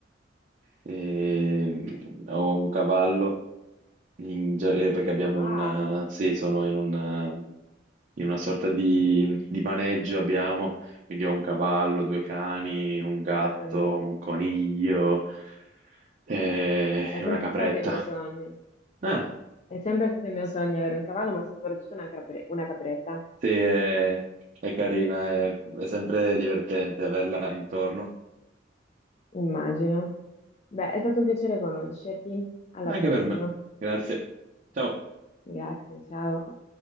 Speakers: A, on the right; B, on the left.
A: e ho un cavallo, in gia- eh, perché abbiamo
B: Wow,
A: un... eh, sì, sono in, un, eh, in una sorta di, di maneggio, abbiamo, quindi ho un cavallo, due cani, un
B: stupendo.
A: gatto, un coniglio eh,
B: È
A: e
B: sempre
A: una capretta.
B: stato il mio sogno.
A: Ah,
B: È sempre stato il mio sogno avere un cavallo, ma soprattutto una, capre- una capretta.
A: sì, è, è carina, è
B: Mm,
A: è sempre divertente averla intorno.
B: Immagino. Beh, è stato un piacere conoscerti. Alla
A: Anche
B: prossima.
A: per me. Grazie. Ciao.
B: Grazie, ciao.